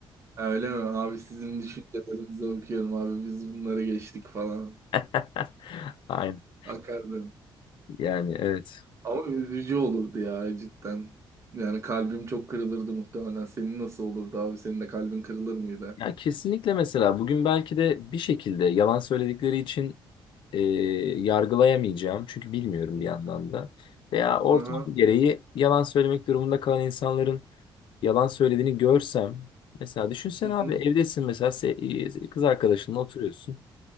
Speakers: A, on the right (about 30°); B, on the left (about 65°).
A: Öyle mi? Abi sizin düşüncelerinizi okuyorum abi. Biz bunlara geçtik falan.
B: <laughs> Aynen.
A: Akardım.
B: Yani evet.
A: Ama üzücü olurdu ya cidden. Yani kalbim çok kırılırdı muhtemelen. Senin nasıl olurdu abi? Senin de kalbin kırılır mıydı?
B: Ya kesinlikle mesela bugün belki de bir şekilde yalan söyledikleri için e, yargılayamayacağım. Çünkü bilmiyorum
A: Hı hı.
B: bir yandan da. Veya ortam
A: Aha.
B: gereği yalan söylemek durumunda kalan insanların yalan söylediğini görsem. Mesela düşünsene
A: Hı
B: abi
A: hı.
B: evdesin mesela se- e, kız arkadaşınla oturuyorsun.